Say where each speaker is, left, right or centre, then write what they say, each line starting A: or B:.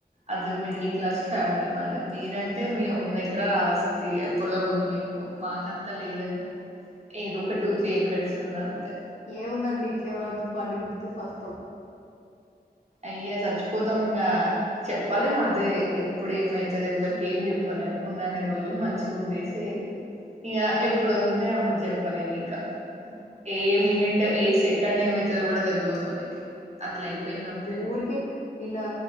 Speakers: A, on the right (about 40°); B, on the left (about 55°).
A: అది మిడిల్ క్లాస్ ఫ్యామిలీ మాది మీరంటే మీ ఉంద ఎకరాల ఆస్తి పొలము ఉంది మీకు మాకంతా లేదండి ఏదో ఒక టూ త్రీ ఎకర్స్ ఉంది అంతే
B: ఏముందండి ఇట్ల ఎవరో వచ్చి బండి గుద్దితే సస్తాం.
A: అయ్య చచ్చిపోతాం ఇంగా చెప్పలేం అదే ఎప్పుడు ఏమయితది ఎవ్వరిక ఏం చెప్పలేం. ఉన్న అన్ని రోజులు మంచిగా ఉండేసి ఇగ ఎప్పుడుంటే అప్పుడు చెప్పాలమి ఇంకా ఏ మినిట్ ఏ సెకండ్ ఏమైతదో కూడా తెల్వదు మనకి అట్లా అయిపోయింది అంత
B: ఊరికె ఇలా